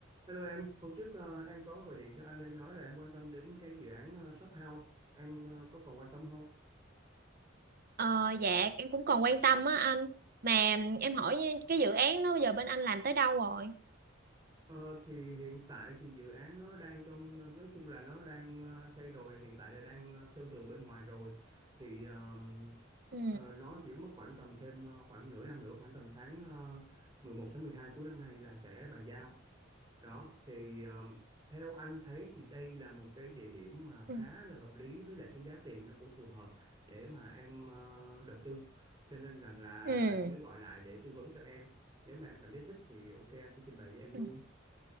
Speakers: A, on the right; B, on the right.
A: Hello em, hôm trước ờ, em có gọi điện cho anh em nói là em quan tâm đến cái dự án ờ, shop house, em ờ, có còn quan tâm không?
B: Ờ, dạ em cũng còn quan tâm á anh mà em hỏi cái dự án đó bây giờ bên anh làm tới đâu rồi
A: Ờ, thì hiện tại thì dự án nó đang trong ờ, nói chung là nó đang ờ, xây rồi, hiện tại là đang ờ, sơn tường bên ngoài rồi. Thì ờ,
B: ừ
A: ờ, nó chỉ mất khoảng tầm thêm ờ, khoảng nửa năm nữa, khoảng tầm tháng ờ, 11 tháng 12 cuối năm nay là sẽ bàn giao. đó thì um, theo anh thấy thì đây là một cái địa điểm mà khá
B: ừ
A: là hợp lý với lại cái giá tiền nó cũng phù hợp để mà em ờ, đầu tư cho nên rằng là
B: ừ
A: anh mới gọi lại để tư vấn cho em nếu mà em cảm thấy thích thì ok anh sẽ trình bày với em
B: ừ.
A: luôn